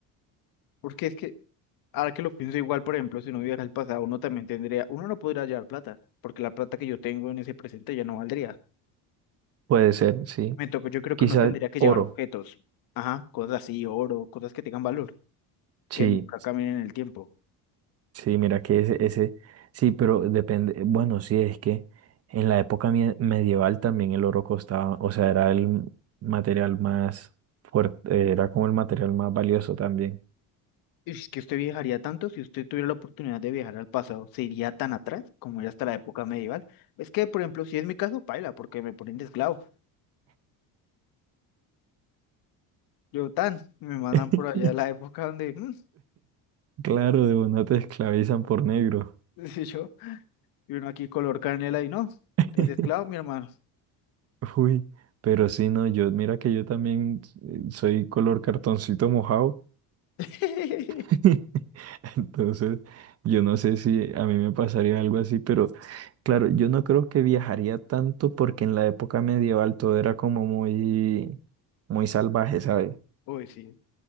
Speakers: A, on the left; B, on the right.
A: porque es que, ahora que lo pienso igual, por ejemplo, si uno viaja al pasado, uno también tendría, uno no podría llevar plata, porque la plata que yo tengo en ese presente ya no valdría.
B: Puede ser, sí.
A: Me toca, yo creo
B: Quizás
A: que uno tendría que
B: oro.
A: llevar objetos, ajá, cosas así, oro, cosas que tengan valor,
B: Sí,
A: que nunca caminen en el tiempo.
B: sí, mira que ese, ese, sí, pero depende. Bueno, sí, es que en la época mie- medieval también el oro costaba, o sea, era el material más fuerte, era como el material más valioso también.
A: Es que usted viajaría tanto si usted tuviera la oportunidad de viajar al pasado, se iría tan atrás como era hasta la época medieval. Es que, por ejemplo, si es mi caso, paila, porque me ponen de esclavo. Yo tan, me mandan
B: <laughs>
A: por allá a la época donde, mm,
B: Claro, de una te esclavizan por negro.
A: <laughs> y yo, y uno aquí color canela y no,
B: <laughs>
A: es esclavo, mi hermano.
B: Uy, pero sí, no, yo, mira que yo también eh, soy color cartoncito mojado.
A: <laughs>
B: <laughs> Entonces, yo no sé si a mí me pasaría algo así, pero claro, yo no creo que viajaría tanto porque en la época medieval todo era como muy, muy salvaje, ¿sabes? O
A: Uy, sí.